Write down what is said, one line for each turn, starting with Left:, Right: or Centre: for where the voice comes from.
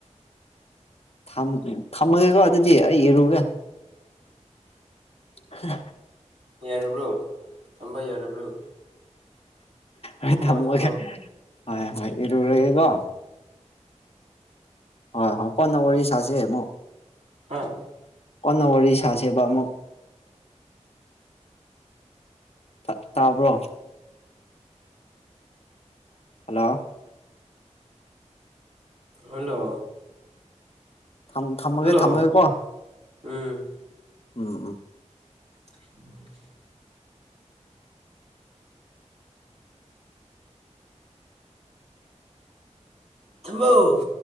Left: ꯊꯝ ꯊꯝꯃꯒꯦꯀꯣ ꯑꯗꯨꯗꯤ ꯑꯩ ꯏꯔꯨꯒꯦ <unintelligible>
Right: ꯌꯥꯔꯕ꯭ꯔꯣ ꯊꯝꯕ ꯌꯥꯔꯕ꯭ꯔꯣ
Left: ꯍꯣꯏ
Right: ꯊꯝꯃꯣ
Left: ꯊꯝꯃꯒꯦ
Right: ꯊꯝꯃꯣ
Left: ꯍꯣꯏ ꯍꯣꯏ ꯏꯔꯨꯔꯒꯦꯀꯣ ꯍꯣꯏ ꯍꯣꯏ ꯀꯣꯟꯅ ꯋꯥꯔꯤ ꯁꯥꯁꯦ ꯑꯃꯨꯛ
Right: ꯍꯥꯥ
Left: ꯑꯃꯅ ꯋꯥꯔꯤ ꯁꯥꯁꯦꯕ ꯑꯃꯨꯛ ꯇ ꯇꯥꯕ꯭ꯔꯣ ꯍꯜꯂꯣ
Right: ꯍꯜꯂꯣ
Left: ꯊꯝ ꯊꯝꯃꯒꯦ
Right: ꯍꯜꯂꯣ
Left: ꯊꯝꯃꯒꯦꯀꯣ
Right: ꯎꯝ
Left: ꯎꯝ ꯎꯝ
Right: <unintelligible> ꯊꯝꯃꯣ